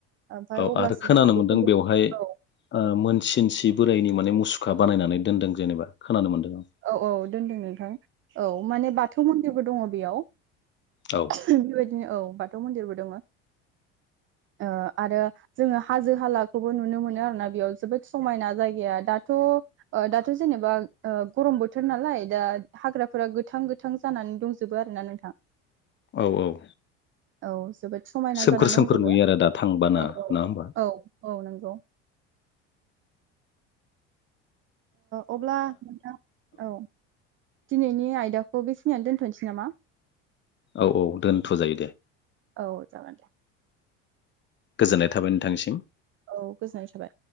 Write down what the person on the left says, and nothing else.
औ
आरो खोनानो
मोनदों
बेवहाय
मोनसिनसि बोरायनि माने मुसुखा बानायनानै दोनदों जेनेबा खानो मोनदों ।
औ
औ औ।
सोमखोर
सोमखोर
नुयो आरो दा थांबाना
नङा होमबा
औ औ दोनथ' जायो दे।
गोजोननाय थाबाय नोंथांसिम।